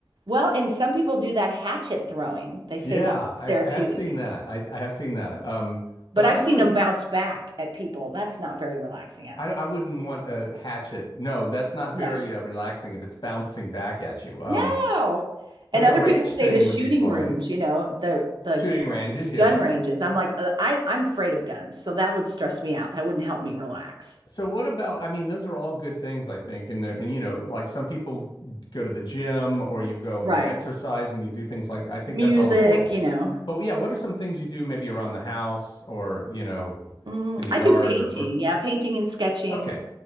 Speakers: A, on the right; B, on the left.
A: well, and some people do that hatchet throwing. They say
B: Yeah,
A: that's
B: I,
A: therapeutic.
B: I have seen that. I, I have seen that. Um,
A: But
B: but I
A: I've
B: really
A: seen them bounce back at people. That's not very relaxing, I don't.
B: I, I wouldn't want a hatchet. No, that's not
A: No.
B: very uh, relaxing if it's bouncing back at you. Um,
A: No. And
B: but
A: other
B: the rage
A: people say
B: thing
A: the shooting
B: would be fun.
A: rooms, you know, the the
B: Shooting ranges, yeah.
A: gun ranges. I'm like, uh, I I'm afraid of guns, so that would stress me out. That wouldn't help me relax.
B: So what about, I mean, those are all good things, I think. And the, and you know, like some people go to the gym or you go
A: Right.
B: and you exercise and you do things like, I think
A: Music,
B: that's all important.
A: you know.
B: But yeah, what are some things you do maybe around the house or, you know,
A: Mm,
B: in the
A: I
B: yard
A: do painting.
B: or, or
A: Yeah, painting and sketching.
B: okay.